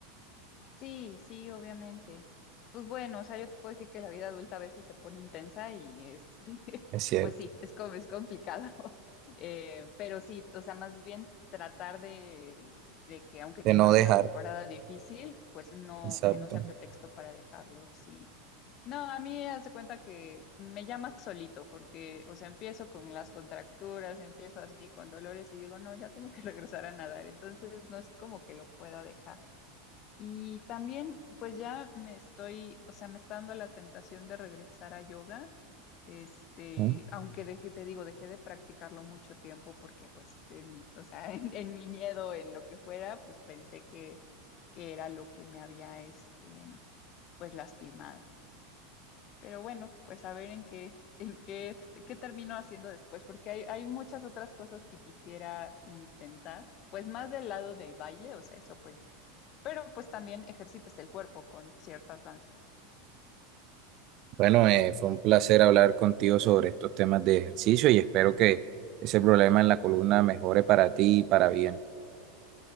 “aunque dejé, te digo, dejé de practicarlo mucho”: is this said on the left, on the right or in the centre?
Left